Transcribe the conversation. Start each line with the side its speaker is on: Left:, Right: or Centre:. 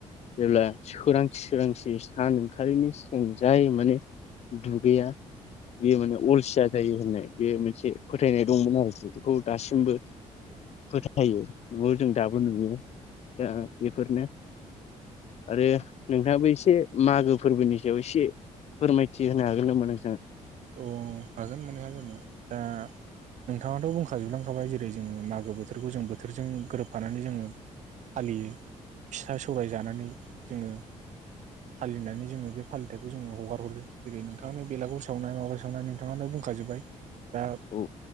Left: जेब्ला सोरांसि सोरांसि सान ओंखारनि सिगां जाय माने दु गैया बेयो माने अलसिया <unintelligible> बे मोनसे फोथायनाय दंमोन आरोखि। <unintelligible> दासिमबो फोथायो नुयो जों दाबो नुयो। दा बेफोरनो आरो नोंथाङाबो एसे मागो फोरबोनि सायाव एसे फोरमायथि होनो हागोन नामा नोंथाङा?
Right: ओ हागोन मानो हाया जानो दा नोंथाङाथ बुं <unintelligible> खाजोबलांखाबाय जेरै जोङो मागो बोथोरखौ जों बोथोरजों गोरोबफानानै जोङो फालियो फिसा सौराय जानानै जोङो फालिनानै जोङो बे फालिथायखौ जोङो हगारहरो जेरै नों थांनो बेला मा सावनाय नोंथांनो बुंखाजोबबाय। दा
Left: औ